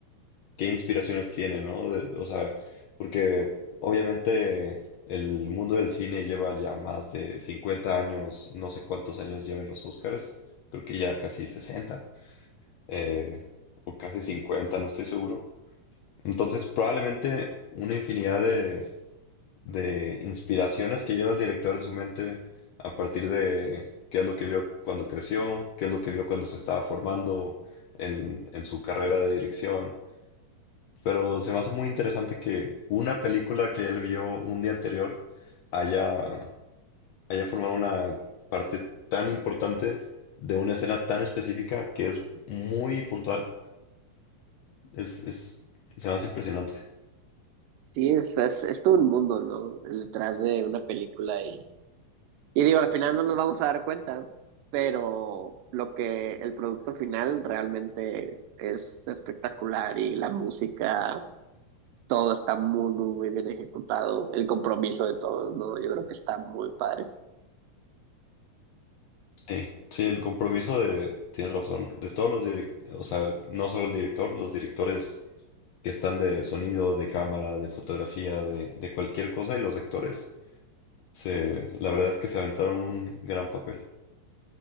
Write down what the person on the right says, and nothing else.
Sí, es, es, es todo un mundo, ¿no? El Detrás de una película. Y, y digo, al final no nos vamos a dar cuenta, pero lo que el producto final realmente es espectacular y la música, todo está muy, muy, muy bien ejecutado. El compromiso de todos, ¿no? Yo creo que está muy padre.